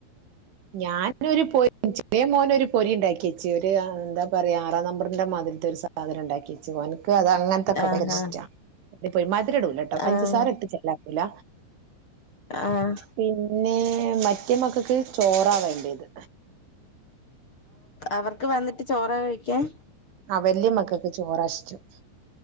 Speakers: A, on the right; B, on the left.
A: ഞാനൊരു പൊരി ചെറിയമോന് ഒരു പൊരി ഉണ്ടാക്കിയച് ഒരു എന്താ പറയാ ആറാനമ്പർ ന്റെ മാതിരത്തെ ഒരു സാധനം ഉണ്ടാക്കിവെച്ചു ഓനിക്ക് അത് അങ്ങനത്തൊക്കെ
B: ആഹ്
A: ഭയങ്കരിഷ്ടമാണ്. അത പോയി മധുരടൂലട്ടോ പഞ്ചസാര
B: ആഹ്
A: ഇട്ട് ചെല്ലാക്കൂല
B: ആഹ് ആഹ്
A: പിന്നെ മറ്റേ മക്കക്ക് ചോറാ വേണ്ടിയത്
B: അവർക്ക് വന്നിട്ട് ചോറ കഴിക്കാൻ
A: ആ വല്യ മക്കൊക്കെ ചോറാ ഇഷ്ടം